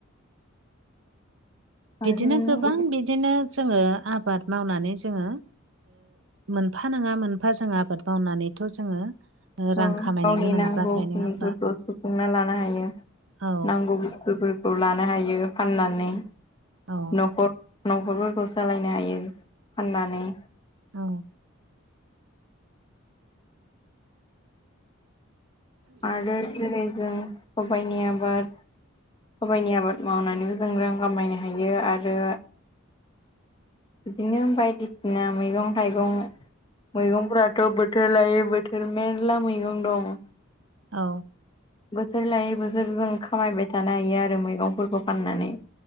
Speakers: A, on the right; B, on the left.
A: बिदिनो
B: आरो
A: गोबां बिदिनो जोङो आबाद मावनानै जोङो मोनफा नङा मोनफा जों आबाद मावनानैथ' जोङो ओ
B: गावनि
A: रां खामायनो गोनां
B: नांगौखिनिफोरखौ
A: जाखायो नङा होमबा
B: सुफुंना लानो हायो
A: औ
B: नांगौ बुस्थुफोरखौ लानो हायो फाननानै
A: औ
B: न'खर न'खरफोरखौ सालायनो हायो फाननानै
A: औ
B: आरो जेरै जों सबाइनि आबाद सबाइनि आबाद मावनानैबो जों रां खामायनो हायो आरो बिदिनो बायदिसिना मैगं थाइगं मैगंफ्राथ' बोथोर लायै बोथोर मेरला मैगं दं
A: औ
B: बोथोर लायै बोथोर जों खामायबाय थानो हायो आरो मैगंफोरखौ फाननानै